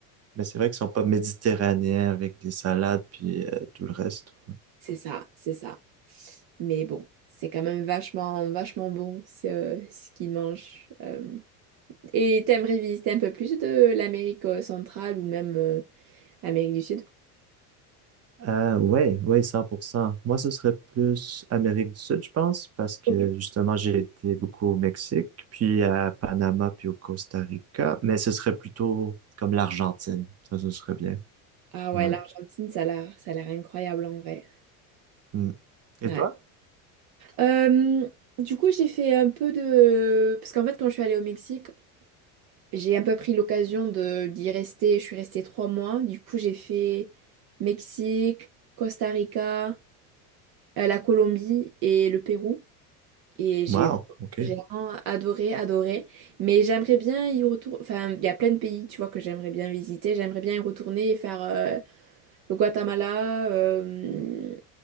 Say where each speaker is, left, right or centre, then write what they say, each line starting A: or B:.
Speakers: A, on the right (about 30°); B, on the right (about 50°).
A: mais c'est vrai qu'ils sont pas méditerranéens avec des salades, puis euh, tout le reste.
B: C'est ça, c'est ça. Mais bon, c'est quand même vachement, vachement bon ce, ce qu'ils mangent. euh. Et t'aimerais visiter un peu plus de l'Amérique euh, centrale ou même euh, Amérique du Sud?
A: Euh, ouais, ouais, 100%. Moi, ce serait plus Amérique du Sud, je pense, parce que
B: Ok.
A: justement, j'ai été beaucoup au Mexique, puis à Panama, puis au Costa Rica, mais ce serait plutôt comme l'Argentine. Ça, ce serait bien.
B: Ah ouais,
A: Ouais.
B: l'Argentine, ça a l'air, ça a l'air incroyable en vrai.
A: Mm. Et
B: Ouais.
A: toi?
B: Euh, du coup, j'ai fait un peu de... Parce qu'en fait, quand je suis allée au Mexique, j'ai un peu pris l'occasion de d'y rester. Je suis restée trois mois. Du coup, j'ai fait Mexique, Costa Rica, euh, la Colombie et le Pérou. Et j'ai
A: Wow, OK.
B: j'ai vraiment adoré, adoré. Mais j'aimerais bien y retourner. Enfin, il y a plein de pays, tu vois, que j'aimerais bien visiter. J'aimerais bien y retourner et faire euh, le Guatemala, euh,